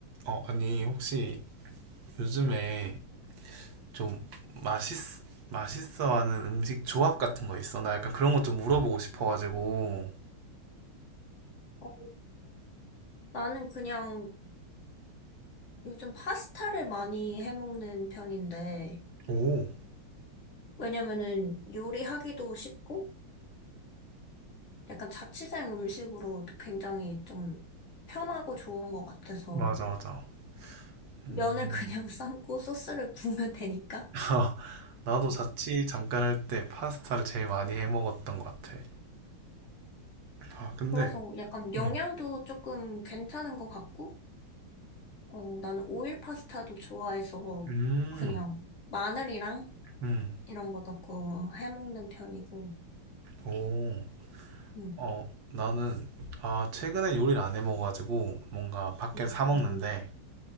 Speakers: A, on the right; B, on the left.
A: 어, 아니, 혹시 요즘에 좀 맛있, 맛있어하는 음식 조합 같은 거 있어? 나 약간 그런 것 좀 물어보고 싶어가지고.
B: 어, 나는 그냥 요즘 파스타를 많이 해먹는 편인데,
A: 오,
B: 왜냐면은 요리하기도 쉽고, 약간 자취생 음식으로 굉장히 좀 편하고 좋은 것 같아서,
A: 맞아, 맞아.
B: 면을
A: 음,
B: 그냥 <laughs> 삶고 소스를 부으면 되니까.
A: <laughs> 나도 자취 잠깐 할 때 파스타를 제일 많이 해 먹었던 것 같아. 아, 근데,
B: 그래서 약간 영양도
A: 음,
B: 조금 괜찮은 것 같고, 어, 나는 오일 파스타도 좋아해서
A: 음,
B: 그냥 마늘이랑
A: 음,
B: 이런 거 넣고 해먹는 편이고,
A: 오,
B: 음
A: 어, 나는, 아, 최근에 요리를 안 해 먹어가지고, 뭔가 밖에서
B: 음,
A: 사 먹는데,